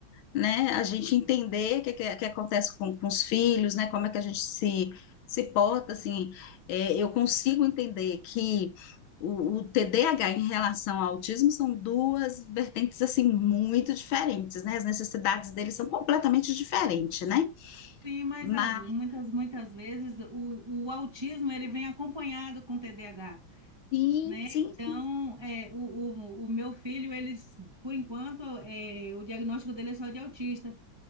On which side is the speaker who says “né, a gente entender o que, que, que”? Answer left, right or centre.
Left